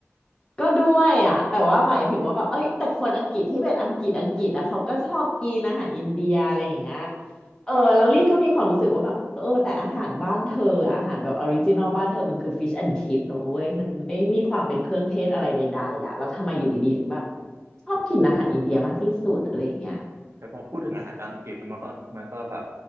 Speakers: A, on the left; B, on the right.
A: ก็ด้วยอ่ะแต่ว่าหมายถึงว่าแบบเอ้ยแต่คนอังกฤษที่เป็นอังกฤษอังกฤษอ่ะเขาก็ชอบกินอาหารอินเดียอะไรอย่างเงี้ยเออแล้วลี่ก็มีความรู้สึกว่าแบบเออแต่อาหารบ้านเธออะอาหารแบบออริจินอลบ้านเธอมันคือฟิชแอนด์ชิ p เนอะเว้ยมันไม่มีความเป็นเครื่องเทศอะไรใดๆอ่ะแล้วทำไมอยู่ดีๆถึงแบบชอบกินอาหารอินเดียมากที่สุดอะไรอย่างเงี้ย
B: แต่พอพูดถึงอาหารอังกฤษแล้วมันก็มันก็แบบ